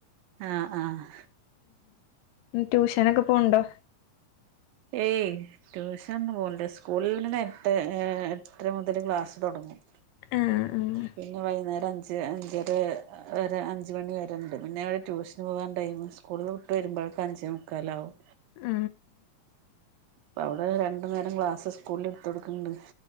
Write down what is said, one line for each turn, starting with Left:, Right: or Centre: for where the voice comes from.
Right: ആ ആഹ്
Left: ഉ ട്യൂഷനൊക്കെ പോണ്ടോ?
Right: ഏയ് ട്യൂഷൻന്ന് പോണ്ട് സ്കൂൾ ഇന്നന്നെ എട്ട് എട്ടര മുതൽ ക്ലാസ്സ് തുടങ്ങും.
Left: ആഹ് ആഹ്
Right: പിന്നെ വൈകുന്നേരം അഞ്ച് അഞ്ചര ഒ അഞ്ച് മണി വരണ്ട് പിന്നെ അതവരെ ട്യൂഷന് പോകാൻ ഇണ്ടായ്ന് സ്കൂളിൽ വിട്ട് വരുമ്പോഴക്കെ അഞ്ചേ മുക്കാല ആകും.
Left: ഉ
Right: അപ്പ അവിടെ രണ്ടു നേരം ക്ലാസ് സ്കൂളിൽ എടുത്ത് കൊടുക്കുന്നുണ്ട്